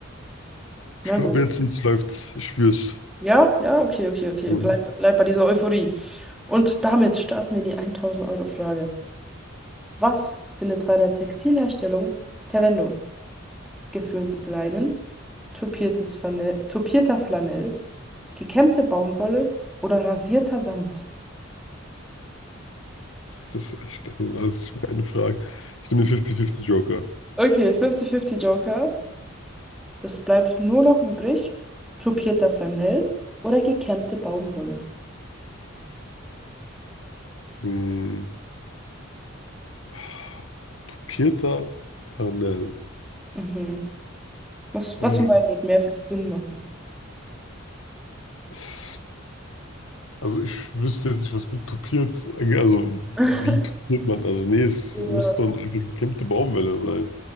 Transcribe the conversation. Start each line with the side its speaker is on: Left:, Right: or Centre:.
Centre: Na
Left: Ich glaube,
Centre: gut.
Left: jetzt, jetzt läuft's. Ich spür's.
Centre: Ja, ja, okay, okay, okay.
Left: Mhm.
Centre: Bleib, bleib bei dieser Euphorie. Und damit starten wir in die 1000-Euro-Frage. Was findet bei der Textilherstellung Verwendung? Geföhntes Leinen, tupiertes Flanell, tupierter Flanell, gekämmte Baumwolle oder rasierter Samt?
Left: Das ist echt, das sind alles nicht meine Fragen. Ich nehme den 50-50 Joker.
Centre: Okay, 50-50 Joker. Es bleibt nur noch übrig, tupierter Flanell oder gekämmte Baumwolle.
Left: Mhm. Ach, Pieter Farnell.
Centre: Mhm. Was,
Left: Oder
Centre: was von beiden wird mehr für dich Sinn machen?
Left: es- also ich wüsste jetzt nicht, was mit tupiert, also
Centre: <laughs>
Left: wie tupiert man? Also nee, es
Centre: Ja.
Left: muss dann eine gekämmte Baumwelle sein.